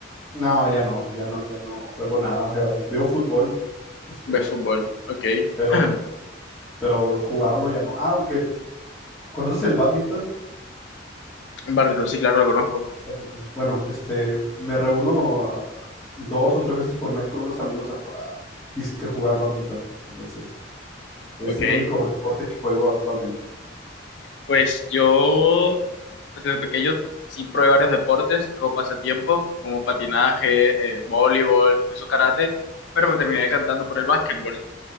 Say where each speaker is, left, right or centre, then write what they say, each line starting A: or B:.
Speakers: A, on the left; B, on the left.
A: No, ya no, ya no, ya no juego nada. o sea, veo fútbol, este,
B: ¿Ves fútbol? Ok.
A: pero,
B: <clears throat>
A: pero jugarlo ya no. Ah, aunque, ¿conoces el badminton?
B: Barrio, sí, claro, lo conozco.
A: Badminton. Bueno, este, me reúno ah, dos o tres veces por mes con unos amigos a, jugar, a disque jugar badminton. Entonces, es
B: Ok.
A: el único deporte que juego actualmente.
B: Pues yo, desde pequeño, sí probé varios deportes como pasatiempo, como patinaje, eh, voleibol, incluso karate, pero me terminé decantando por el básquetbol.